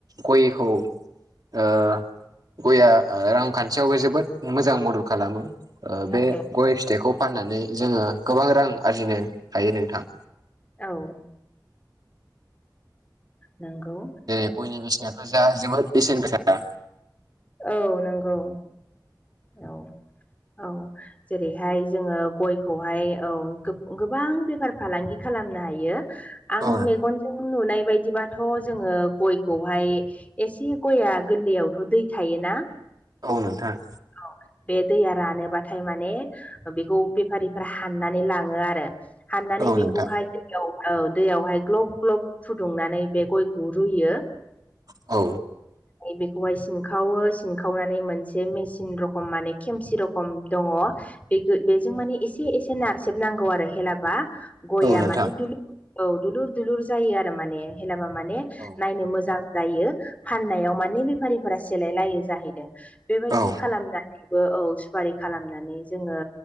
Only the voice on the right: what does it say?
गयखौ ओ गया रांखान्थियावबो जोबोद मोजां मदद खालामो।
बे गय फिथाइखौ फाननानै जोङो गोबां रां आरजिनो हायो नोंथां
जेरै गयनि बेसेनाथ' जा जोबोद बेसेन गोसा
औ नोंथां
औ नोंथां।
औ
नोंथां
औ
नोंथां
औ
औ